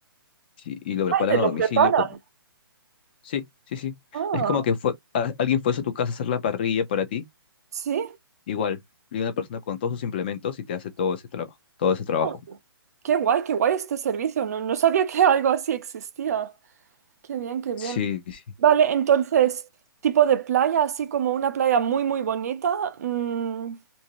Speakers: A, on the left (about 25°); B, on the right (about 40°).
A: y y lo preparan
B: Ay, te lo
A: a domicilio.
B: preparan.
A: Sí, sí, sí.
B: Ah,
A: Es como que fue, a- alguien fuese a tu casa a hacer la parrilla para ti,
B: sí.
A: igual. Viene una persona con todos sus implementos y te hace todo ese trabajo, todo ese trabajo.
B: Ah, qué guay, qué guay este servicio. No, no sabía que algo así existía. Qué bien, qué bien.
A: Sí, sí.
B: Vale, entonces, tipo de playa, así como una playa muy, muy bonita, mm,